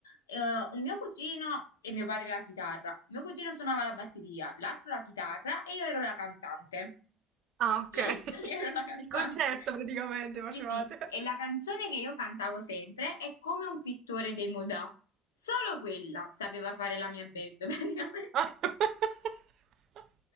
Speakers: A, on the left; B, on the right.
A: Eh, un mio cugino e mio padre la chitarra. Mio cugino suonava la batteria, l'altro la chitarra e io ero la cantante.
B: Ah, ok.
A: <laughs>
B: <laughs>
A: Io ero la cantante.
B: Il concerto praticamente facevate.
A: Sì, sì, e la canzone che io cantavo sempre è Come un pittore dei Modà. Solo quella sapeva fare la mia band, <laughs> praticamente.
B: <laughs>